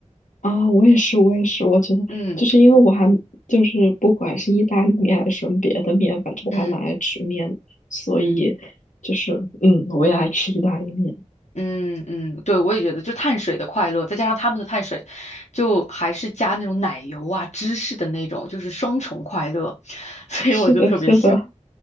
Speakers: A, on the left; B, on the left.
A: 啊，我也是，我也是，我觉得就是因为我还就是不管是意大利面还是什么别的面，
B: 嗯
A: 反正我还蛮爱吃面的，
B: 嗯
A: 所以就是嗯，
B: 嗯。
A: 我也爱吃意大利面。
B: 嗯嗯，对，我也觉得，就碳水的快乐，再加上他们的碳水，就还是加那种奶油啊、芝士的那种，就是双重快乐，<laughs> 所以我就特别喜欢。
A: <laughs> 是的，是的，